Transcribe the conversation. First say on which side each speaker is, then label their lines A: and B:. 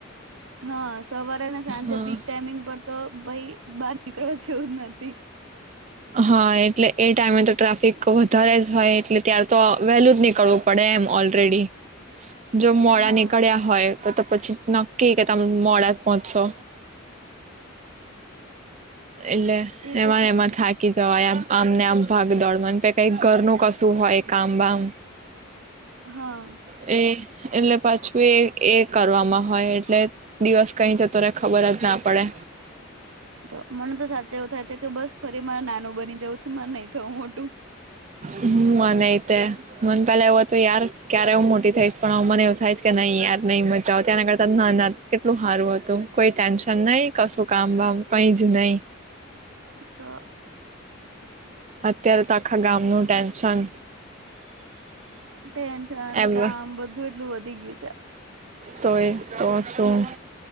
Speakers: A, on the right; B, on the right.
A: હા સવારે સાંજે
B: હા
A: પીક ટાઈમિંગ પર તો ભાઈ બહાર નીકળવા જેવું જ નથી
B: હા એટલે એ ટાઈમે તો ટ્રાફિક વધારે જ હોય એટલે ત્યાર તો વહેલું જ નીકળવું પડે એમ ઓલરેડી જો મોડા
A: હા
B: નીકળ્યા હોય તો તો પછી નક્કી કે તમે મોડા જ પહોંચો એટલે
A: એ
B: એમાં
A: તો છે
B: એમાં થાકી વાય આમને આમ ભાગ દોડમાં કઈક ઘરનું કશું હોય કામ બામ
A: હા.
B: એ એટલે પાછું એ એ કરવામાં હોય એટલે દિવસ કઈ જતો રે કઈ ખબર જ ના પડે.
A: તો મને તો સાચે એવું થાય છે કે બસ ફરી મારે નાનું બની જવું છે. માર નહી થવું મોટું.
B: મને તે મને પેલા એવું હતું યાર ક્યારે એવું મોટી થઈશ. પણ હવે મને એવું થાયશ કે નહી યાર નઈ મજાઓ ત્યાંના કરતા ના ના કેટલું સારું હતું કોઈ ટેન્શન નઈ કશું કામ વામ કઈ જ નહી.
A: તો.
B: અત્યારે તો આખા ગામનું ટેન્શન.
A: ટેન્શન,
B: એમ
A: કામ બધું જ કેટલું વધી ગયું છે.
B: તોય તો શું